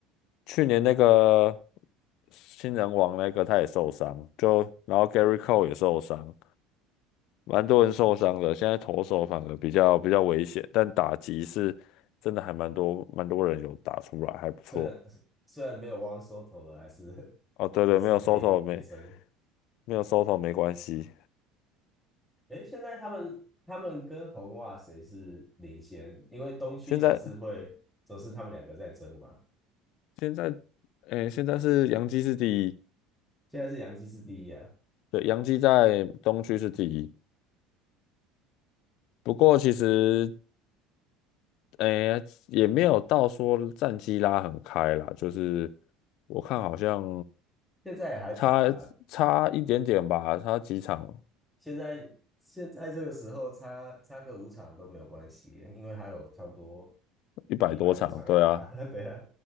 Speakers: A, on the left; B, in the centre.
A: 去年那个新人王那个他也受伤，就然后 Gary Cole 也受伤。蛮多人受伤的，现在投手反而比较比较危险，但打击是真的还蛮多蛮多人有打出来，还不错。
B: 虽然虽然没有 One Soto 了，还是
A: 哦，对对，
B: 还是可以一争。
A: 没有收头没没有收头没关系。
B: 诶，现在他们他们跟红袜谁是领先？因为东区总是会总是他们两个在争嘛。
A: 现在现在诶，现在是洋基是第一，
B: 现在是洋基是第一啊，
A: 对，洋基在东区是第一。不过其实诶也没有到说战绩拉很开啦，就是我看好像
B: 现在也还早啦。
A: 差差一点点吧，差几场，
B: 现在现在这个时候差差个五场都没有关系，因为还有差不多
A: 一百多场，
B: 一百多场要打。
A: 对啊，
B: <laughs> 对啊，